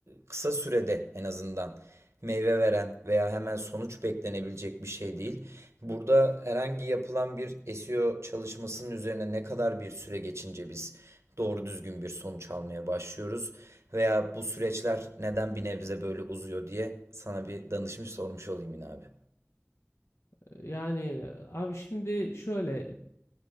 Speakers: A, on the right; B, on the left.
A: kısa sürede en azından meyve veren veya hemen sonuç beklenebilecek bir şey değil. Burada herhangi yapılan bir SEO çalışmasının üzerine ne kadar bir süre geçince biz doğru düzgün bir sonuç almaya başlıyoruz veya bu süreçler neden bir nebze böyle uzuyor diye sana bir danışmış sormuş olayım yine abi.
B: E, Yani abi şimdi şöyle